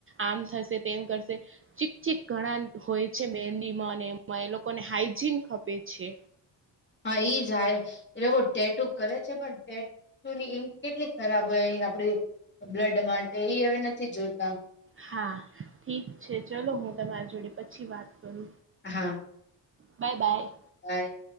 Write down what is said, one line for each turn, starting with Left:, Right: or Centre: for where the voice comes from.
Right: આમ થશે, તેમ કરશે ચીક ચીક ઘણા હોય છે મહેંદી માં અને એમાં એ લોકોને હાઈજીન ખપે છે
Left: હા ઈ જ હાય એ લોકો ટેટું કરે છે પણ ની ઈંક કેટલી ખરાબ હોય આપડી બ્લડ માટે ઈ હવે નથી જોતા
Right: હા, ઠીક છે, ચલો હું તમારી જોડે પછી વાત કરું
Left: હા,
Right: બાય બાય,
Left: હાય,